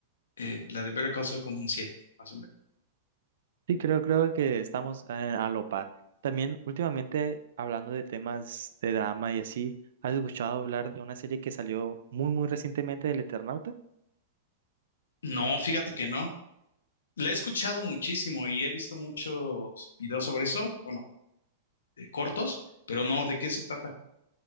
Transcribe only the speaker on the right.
Sí, creo, creo que estamos eh, a lo par. También últimamente, hablando de temas de drama y así, ¿has escuchado hablar de una serie que salió muy, muy recientemente del Eternauta?